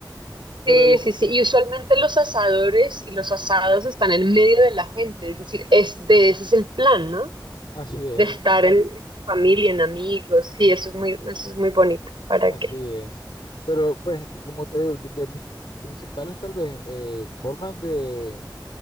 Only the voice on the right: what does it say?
Sí,
sí,
sí. Y usualmente los asadores y los asados están en medio de la gente, es decir, es de ese es el plan, ¿no?
De estar en en familia, en amigos. Sí, eso es muy, eso es muy bonito. ¿Para
qué?